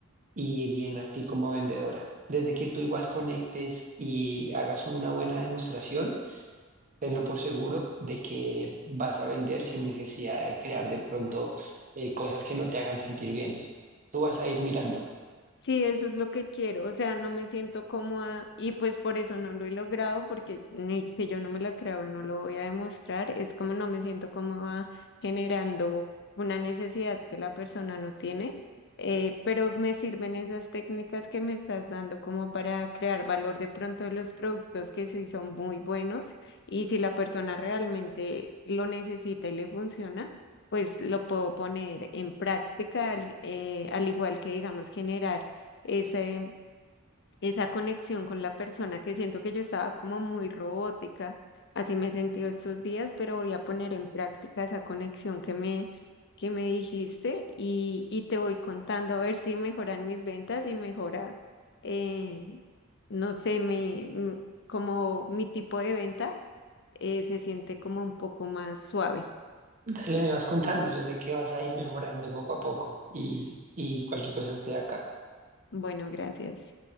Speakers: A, on the right (about 40°); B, on the left (about 55°).
A: y bien a ti como vendedora. Desde que tú igual conectes y hagas una buena demostración tenlo por seguro de que vas a vender sin necesidad de crear de pronto eh, cosas que no te hagan sentir bien. Tú vas a ir mirando.
B: Sí, eso es lo que quiero, o sea, no me siento cómoda y pues por eso no lo he logrado, porque ni- si yo no me lo creo, no lo voy a demostrar, es como no me siento cómoda generando una necesidad que la persona no tiene, eh, pero me sirven esas técnicas que me estás dando como para crear valor de pronto de los productos que sí son muy buenos y si la persona realmente lo necesita y le funciona pues lo puedo poner en práctica, al, eh, al igual que, digamos, generar ese, esa conexión con la persona que siento que yo estaba como muy robótica, así me he sentido estos días, pero voy a poner en práctica esa conexión que me, que me dijiste y, y te voy contando a ver si mejoran mis ventas y mejora, eh, no sé, mi, m- como mi tipo de venta eh, se siente como un poco más suave.
A: Dale, me vas contando. Yo sé que vas a ir mejorando poco a poco y, y cualquier cosa estoy acá.
B: Bueno, gracias.